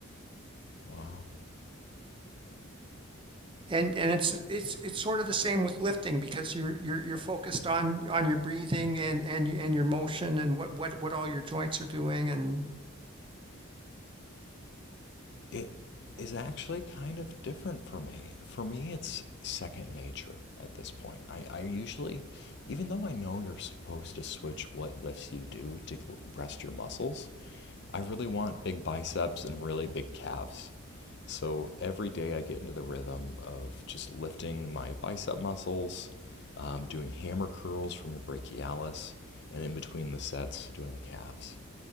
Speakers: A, on the left (about 50°); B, on the right (about 25°).
A: Wow.
B: And and it's it's it's sort of the same with lifting because you're you're you're focused on on your breathing and and y- and your motion and what what what all your joints are doing and
A: it is actually kind of different for me. For me, it's second nature at this point. I, I usually, even though I know you're supposed to switch what lifts you do to rest your muscles, I really want big biceps and really big calves. So every day I get into the rhythm of just lifting my bicep muscles, um, doing hammer curls for my brachialis, and in between the sets, doing the calves